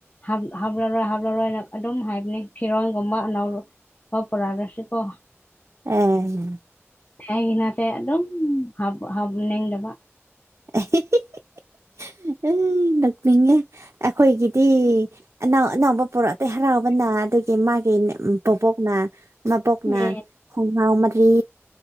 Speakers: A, on the left (about 40°); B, on the right (about 75°).
A: ꯍꯥꯞ ꯍꯥꯞꯂꯔꯣꯏ ꯍꯥꯞꯂꯔꯣꯏꯅ ꯑꯗꯨꯝ ꯍꯥꯏꯕꯅꯦ ꯐꯤꯔꯣꯟꯒꯨꯝꯕ ꯑꯅꯧ ꯃꯥ ꯄꯨꯔꯥꯔꯁꯨ ꯀꯣ
B: ꯑꯦ
A: ꯑꯩꯅꯗꯤ ꯑꯗꯨꯝ ꯍꯥꯞ ꯍꯥꯞꯅꯤꯡꯗꯕ
B: <unintelligible> ꯅꯣꯛꯅꯤꯡꯉꯦ ꯑꯩꯈꯣꯏꯒꯤꯗꯤ ꯑꯅꯥꯎ ꯑꯅꯥꯎꯕ ꯄꯨꯔꯛꯇꯦ ꯍꯔꯥꯎꯕꯅ ꯑꯗꯨꯒꯤ ꯃꯥ ꯎꯝ ꯄꯣꯄꯣꯛꯅ ꯃꯕꯣꯛꯅ
A: ꯑꯦ
B: ꯈꯨꯡꯉꯥꯎ ꯃꯔꯤ